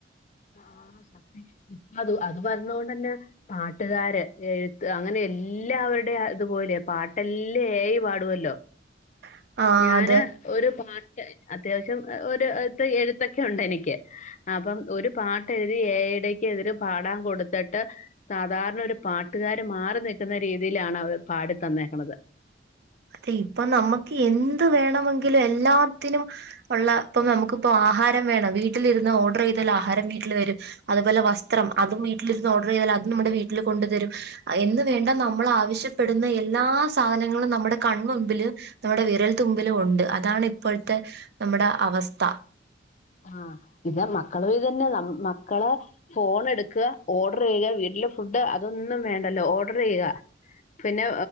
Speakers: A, on the left; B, on the right.
A: ആഹ് സത്യം ഇപ്പം അത് അത് പർഞ്ഞോണ്ടെന്നെ പാട്ടുകാര്, എഴുത്ത് അങ്ങനെ എല്ലാവരുടെയും അതുപോലെ പാട്ടെല്ലെ എ ഐ പാടുവല്ലൊ.
B: <inaudible>
A: ഞാന്
B: അതെ
A: ഒരു പാട്ട് അത്യാവശ്യം എഹ് ഒര് ത്തെ എഴുത്തൊക്കെ ഒണ്ട് എനിക്ക്. അപ്പം ഒര് പാട്ടെഴുതി ഏ ഐ ടേക്ക് എതിര് പാടാം കൊട്ത്ത്ട്ട് സാധാര്ണ ഒരു പാട്ടുകാര് മാറി നിക്കുന്ന രീതിയിലാണ് അവർ പാടി തന്നേക്ക്ണത്.
B: അതെ ഇപ്പം നമ്മുക്ക് എന്ത് വേണമെങ്കിലും എല്ലാത്തിനും ഉള്ള പ്പം നമുക്ക്പ്പൊ ആഹാരം വേണം വീട്ടിലിരുന്ന് ഓർഡർ ചെയ്താൽ ആഹാരം വീട്ടിൽ വരും. അതുപോലെ വസ്ത്രം അതും വീട്ടിലിരുന്ന് ഓർഡറെയ്താല് അതും നമ്മുടെ വീട്ടില് കൊണ്ട് തരും. അ എന്ന് വേണ്ട നമ്മൾ ആവശ്യപ്പെടുന്ന എല്ലാ സാധനങ്ങളും നമ്മുടെ കൺമുമ്പ് ല് നമ്മുടെ വിരൽ തുമ്പിലും ഒണ്ട്. അതാണ് ഇപ്പോഴത്തെ നമ്മുടെ അവസ്ഥ.
A: ആഹ് ഇതാ മക്കള് ഇതെന്നെ. നമ് മക്കളെ ഫോൺ എട്ക്കാ ഓർഡറെയ്യാ വീട്ടിലെ ഫുഡ് അതൊന്നും വേണ്ടല്ലൊ. ഓർഡറെയ്യുക പിന്നെ